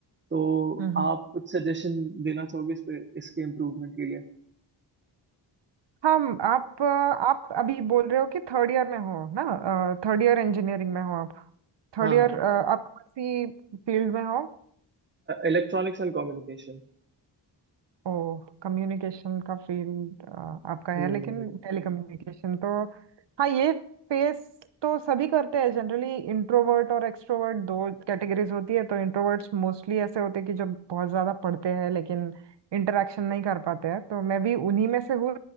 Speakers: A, on the right (about 25°); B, on the right (about 70°).
A: तो
B: हम्म
A: आप कुछ सजेशन देना चाहोगे इस पे इसके इम्प्रूवमेंट के लिए
B: हम आप अ, आप अभी बोल रहे हो कि थर्ड ईयर में हो ना थर्ड ईयर इंजीनियरिंग में हो आप थर्ड
A: हाँ
B: ईयर
A: हाँ
B: आप कौन सी फील्ड में हो
A: Electronics and communication
B: ओ कम्युनिकेशन का फील्ड आपका
A: हम्म
B: है लेकिन टेलीकम्युनिकेशन तो हाँ ये फेस तो सभी करते हैं जनरली इंट्रोवर्ट और एक्सट्रोवर्ट दो कैटेगरीज होती है तो इंट्रोवर्ट्स मोस्टली ऐसे होते हैं कि जो बहुत ज्यादा पढ़ते हैं लेकिन इंटरेक्शन नहीं कर पाते हैं तो मैं भी उन्हीं में से हूँ